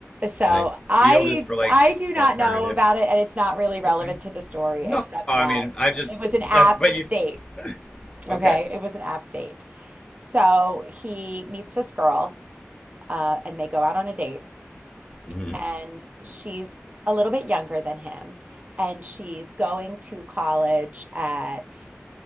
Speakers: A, on the right; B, on the left.
A: So
B: And then
A: I
B: Field is for like
A: I do not
B: alternative.
A: know about it, and it's not really relevant
B: Okay.
A: to the story,
B: No,
A: except
B: I
A: that
B: mean I just
A: it was an app
B: that. But you.
A: date.
B: <laughs>
A: Okay,
B: Okay.
A: it was an app date. So he meets this girl, uh, and they go out on a date.
B: Mm-hmm.
A: and she's a little bit younger than him, and she's going to college at